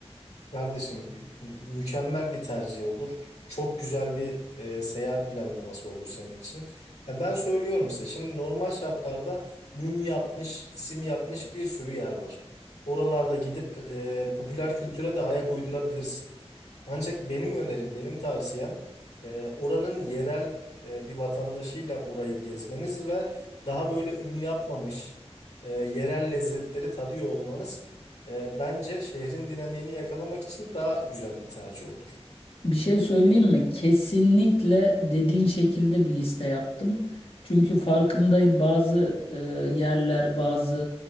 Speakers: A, on the left (about 80°); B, on the left (about 55°).
A: Kardeşim mükemmel bir tercih olur. Çok güzel bir e, seyahat planlaması olur senin için. Ya ben söylüyorum size şimdi normal şartlarda ün yapmış, isim yapmış bir sürü yer var. Oralarda gidip e, popüler kültüre de ayak uydurabilirsin. Ancak benim önerim, benim tavsiyem e, oranın yerel e, bir vatandaşıyla orayı gezmeniz ve daha böyle ün yapmamış e, yerel lezzetleri tadıyor olmanız. E, bence şehrin dinamiğini yakalamak için daha güzel bir tercih olur.
B: Bir şey söyleyeyim mi? Kesinlikle dediğin şekilde bir liste yaptım. Çünkü farkındayım bazı e, yerler, bazı